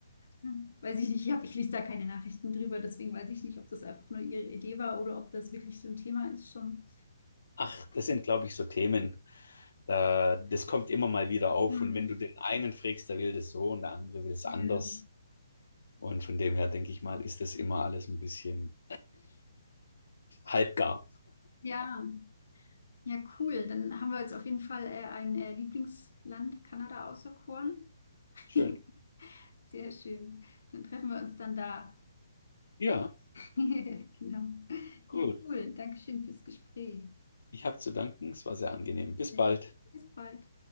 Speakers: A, on the left; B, on the left.
A: Ja. Weiß ich nicht, ich hab, ich lese da keine Nachrichten drüber, deswegen weiß ich nicht, ob das einfach nur ihre Idee war oder ob das wirklich so ein Thema ist schon.
B: Ach, das sind, glaube ich, so Themen. Da, das kommt immer mal wieder auf.
A: Hm.
B: Und wenn du den einen fragst, der will das so und der andere will es
A: Ja.
B: anders. Und von dem her denke ich mal, ist das immer alles ein bisschen halbgar.
A: Ja. Ja, cool. Dann haben wir jetzt auf jeden Fall äh, ein äh, Lieblingsland Kanada auserkoren.
B: Schön.
A: <laughs> Sehr schön. Dann treffen wir uns dann da.
B: Ja,
A: <laughs> Genau.
B: gut.
A: Ja, cool. Dankeschön fürs Gespräch.
B: Ich habe zu danken. Es war sehr angenehm. Bis
A: Ja.
B: bald.
A: Bis bald.